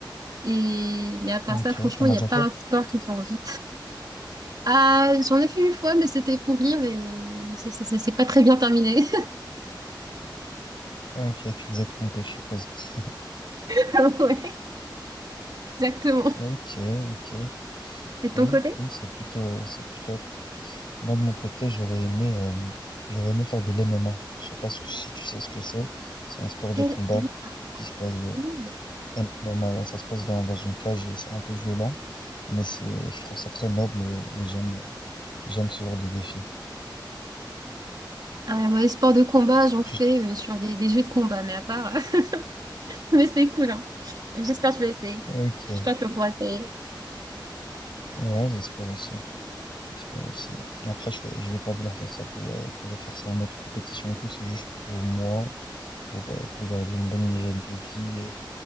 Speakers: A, on the right; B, on the left.
A: Et, mais à part
B: Ok,
A: ça, franchement,
B: t'en
A: il
B: as
A: n'y
B: déjà
A: a pas
B: fait?
A: un sport qui me fait envie. Ah, j'en ai fait une fois, mais c'était pour rire et c'est c'est- c'est- c'est pas très bien terminé.
B: Ok, tu faisais que ton je suppose. <laughs>
A: <laughs> Ouais, exactement.
B: Ok, ok, cool,
A: Et de ton côté?
B: cool. C'est plutôt, c'est plutôt Moi, de mon côté, j'aurais aimé, euh, j'aurais aimé faire de l'MMA. Je sais pas ce que- si tu sais ce que c'est. C'est un sport de
A: Elle-
B: combat
A: elle-
B: qui se passe, euh,
A: ouh.
B: MMA, ouais, ça se passe dans, dans une cage et c'est un peu violent, mais c'est, je trouve ça très noble et, et j'aime, j'aime ce genre de défi.
A: Ah ouais, moi, les sports de combat, j'en
B: Tu-
A: fais euh, sur des, des jeux de combat, mais à part, euh, <laughs> mais c'est cool, hein. J'espère que tu vas essayer.
B: Ok.
A: J'espère que tu vas pouvoir essayer.
B: Ouais, j'espère aussi. J'espère aussi. Après, je vais, je vais pas vouloir faire ça pour, euh, pour faire ça en mode compétition et tout. C'est juste pour moi, pour, euh, pour garder une bonne hygiène de vie